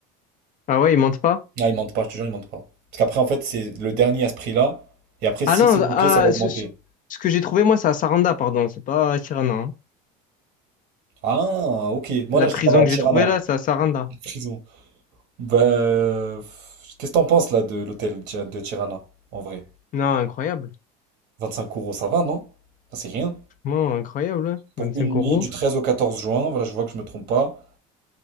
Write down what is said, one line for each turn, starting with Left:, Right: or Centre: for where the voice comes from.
Left: Ah ouais, il monte pas?
Right: Ah, ils mentent pas, je te jure, ils mentent pas. Parce qu'après, en fait, c'est le dernier à ce prix-là. Et après, si
Left: Ah non,
Right: c'est booké,
Left: ah,
Right: ça va augmenter.
Left: ce, ce- ce que j'ai trouvé, moi, c'est à Saranda, pardon. C'est pas à Tirana. hein.
Right: Ah, ok. Moi,
Left: La
Right: là, je
Left: prison
Right: te parle à Tirana.
Left: que j'ai trouvée là, c'est à Saranda.
Right: <laughs> Prison. Bah, euh, qu'est-ce que t'en penses, là, de l'hôtel Ti- de Tirana, en vrai?
Left: Non, incroyable.
Right: 25 euros, ça va, non? Ça, c'est rien.
Left: Franchement, incroyable.
Right: Pour
Left: hein.
Right: une
Left: cinq euros.
Right: nuit, du 13 au 14 juin, voilà, je vois que je me trompe pas.